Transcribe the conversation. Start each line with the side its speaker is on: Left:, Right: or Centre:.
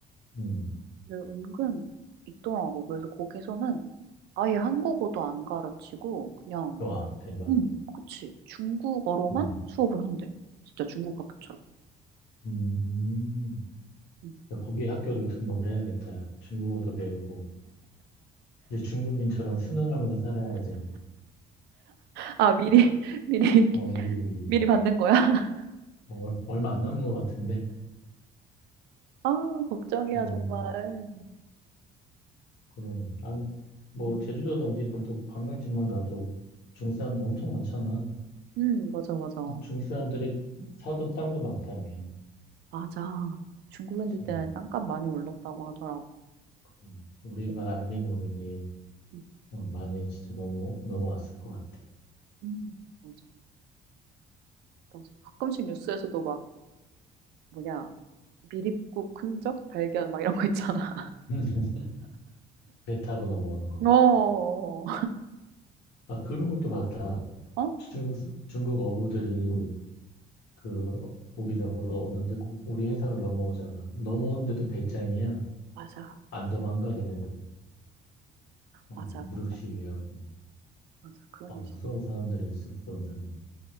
Left: 음,
Right: 근데 은근 있더라고. 그래서 거기서는 아예 한국어도 안 가르치고 그냥
Left: 와, 대박.
Right: 응, 그치. 중국어로만
Left: 음,
Right: 수업을 한대. 진짜 중국 학교처럼.
Left: 음,
Right: 음.
Left: 야, 거기 학교를 등록을 해야겠다, 야. 중국어도 배우고, 이제 중국인처럼 순응하면서 살아야지.
Right: 아, 미리, <laughs> 미리,
Left: 어, 미리, 미리.
Right: 미리 받는 거야? <laughs>
Left: 어, 얼- 얼마 안 남은 것 같은데?
Right: 아, 걱정이야,
Left: 어,
Right: 정말.
Left: 그러네. 아, 뭐,
Right: 응,
Left: 제주도는 어디든 또 관광지만 가도 중국 사람들 엄청 많잖아.
Right: 응, 맞아, 맞아.
Left: 중국 사람들이 사둔 땅도 많다며.
Right: 맞아. 중국 애들
Left: 참,
Right: 때문에 땅값 많이 올랐다고 하더라고.
Left: 음, 우리가
Right: 그래서,
Left: 알게 모르게
Right: 응,
Left: 어, 많이 진짜 넘어, 넘어왔을 것 같아.
Right: 응, 맞아, 맞아. 가끔씩 뉴스에서도 막, 뭐냐, 미립국 흔적 발견 막 이런 거 있잖아.
Left: <laughs> 배 타고 넘어오는 거.
Right: <laughs> 어, 어?
Left: 아, 그런 것도 봤다.
Right: 어?
Left: 중국, 중국 어부들이 그 고기 잡으러 오는데 고- 우리 해상을 넘어오잖아. 넘어오는데도 배짱이야.
Right: 맞아,
Left: 안 도망가 걔네들은. 어,
Right: 맞아,
Left: 무력
Right: 맞아,
Left: 시위하고.
Right: 맞아. 그런
Left: 어,
Right: 뉴스.
Left: 무서워 사람들이 했어 무서운 사람.